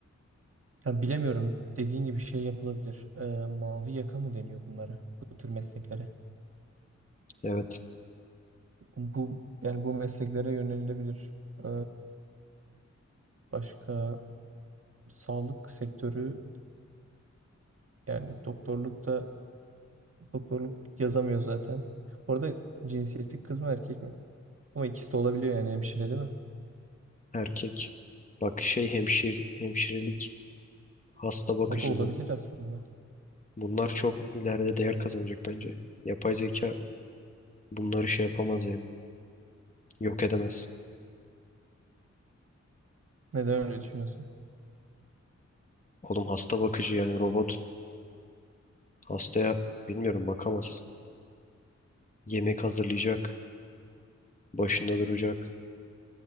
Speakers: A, on the right; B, on the left.
A: Yani bilemiyorum. Dediğin gibi şey yapılabilir. Ee, mavi yaka mı deniyor bunlara? Bu tür mesleklere.
B: Evet.
A: Bu yani bu mesleklere yönelilebilir. Ee, başka sağlık sektörü yani doktorlukta doktorluk yazamıyor zaten. Orada cinsiyeti kız mı erkek mi? Ama ikisi de olabiliyor yani hemşire değil mi?
B: Erkek. Bak şey hemşir, hemşirelik, hasta bakıcılığı.
A: O da olabilir aslında.
B: Bunlar çok ileride değer kazanacak bence. Yapay zeka bunları şey yapamaz yani. Yok edemez.
A: Neden öyle düşünüyorsun?
B: Oğlum hasta bakıcı yani robot. Hastaya bilmiyorum bakamaz. Yemek hazırlayacak. Başında duracak.